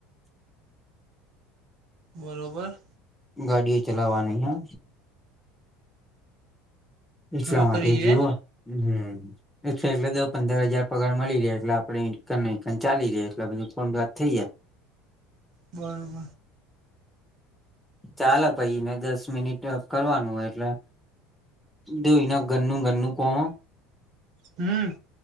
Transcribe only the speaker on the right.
બરોબર
નોકરી
છે
બરોબર
હમ